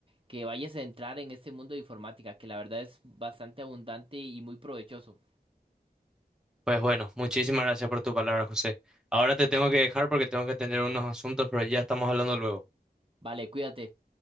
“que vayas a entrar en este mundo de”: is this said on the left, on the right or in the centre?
Right